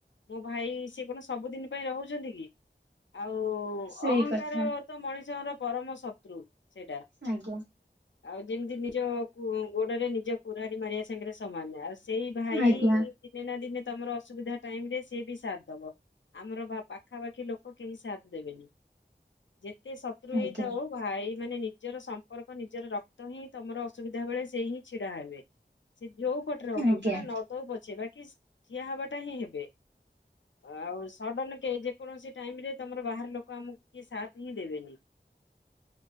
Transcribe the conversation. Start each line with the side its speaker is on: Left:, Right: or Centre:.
Left: ମୋ ଭାଇ ସିଏ କଣ ସବୁଦିନ ପାଇଁ ରହୁଛନ୍ତି କି ଆଉ
Right: ସେଇ
Left: ଅହଙ୍କାର।
Right: କଥା
Left: ତ ମଣିଷଙ୍କର ପରମ ଶତ୍ରୁ ସେଇଟା।
Right: ଆଜ୍ଞା।
Left: ଆଉ ଯେମିତି ନିଜ କୁ ଗୋଡରେ ନିଜେ କୁରାଢି ମାରିବା ସାଙ୍ଗରେ ସମାନ ଆଉ ସେ ସେଇ ଭାଇ।
Right: ଆଜ୍ଞା
Left: ଦିନେ ନା ଦିନେ ତମର ଅସୁବିଧା ଟାଇମ ରେ ସିଏ ବି ସାଥ ଦବ ଆମର ବା ପା ପାଖାପାଖି ଲୋକ କେହି ସାଥ ଦେବେନି ଯେତେ ଶତ୍ରୁ
Right: ଆଜ୍ଞା
Left: ହେଇଥାଉ ଭାଇ ମାନେ ନି ନିଜର ସମ୍ପର୍କ ନିଜର ରକ୍ତ ହିଁ ତମର ଅସୁବିଧା ବେଳେ ସେ ହିଁ ଛିଡା ହେବେ। ସେ ଯୋଉ ପଟରେ ହଉ
Right: ଆଜ୍ଞା
Left: ଟଙ୍କା ଟା ନ ଦଉ ପଛେ ବାକି ଠିଆ ହବାଟା ହିଁ ହେବେ। ଆଉ ସଡନ କେ ଯେକୌଣସି ଟାଇମ ରେ ତମର ବାହାର ଲୋକ ଆମକୁ କିଏ ସାଥ ହିଁ ଦେବେନି।